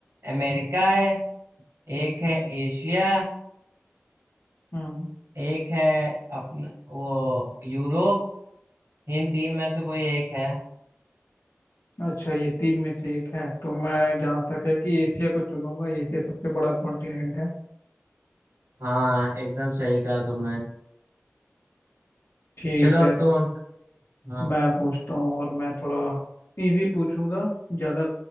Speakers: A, on the right; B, on the left.
A: अमेरिका है एक है
B: हम्म
A: एशिया
B: हम्म।
A: एक है अपना वो यूरोप इन तीन में से कोई एक है
B: अच्छा ये तीन में से एक है तो मैं जहाँ तक है कि एशिया को चुनूंगा एशिया सबसे बड़ा कॉन्टिनेंट है
A: हाँ एकदम सही कहा तुमने
B: ठीक
A: चलो
B: है
A: अब
B: तो
A: तुम हाँ
B: मैं पूछता हूँ और मैं थोड़ा इजी पूछूंगा ज़्यादा